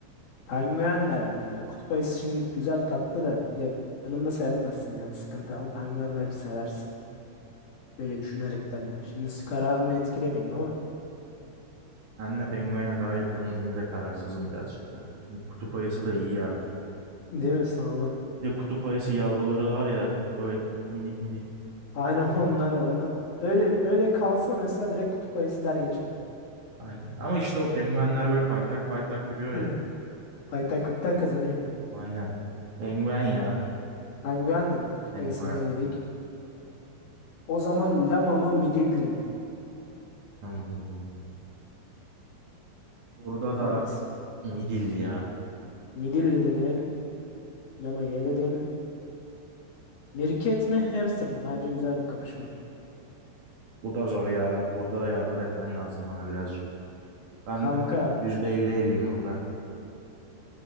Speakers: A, on the left; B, on the right.
A: penguen derdim ya. Kutup ayısı şimdi güzel tatlı da ya- yanında sevemezsin yani sıkıntı ama pengueni belki seversin. Böyle düşünerekten yani. Şimdi kararını etkilemeyeyim ama
B: Ben penguene daha yakınım da yine de kararsızım birazcık da. Şimdi kutup ayısı da iyi ya.
A: değil mi sağlam.
B: Bir de kutup ayısı yavruları var ya böyle minik minik.
A: Aynen <laughs> onlar onlar öyle öyle kalsa mesela direkt kutup ayısı der geçerim.
B: Aynen. Ama işte o penguenler böyle paytak paytak yürüyor
A: <laughs>
B: ya.
A: Paytaklıktan kazanıyor.
B: Aynen. Penguen ya.
A: Penguen dedin kutup
B: Penguen.
A: ayısını eledik. O zaman lama mı midilli mi?
B: Hmm. Burada
A: Hangisi?
B: da midilli ya.
A: Midilli dedin. Lamayı eledim. Mirket mi hamster mı? Bence güzel bir kapışma.
B: Bu da zor ya. Ben burada da yardım etmen lazım bana birazcık. Ben
A: Kanka
B: %50-50'yim burada.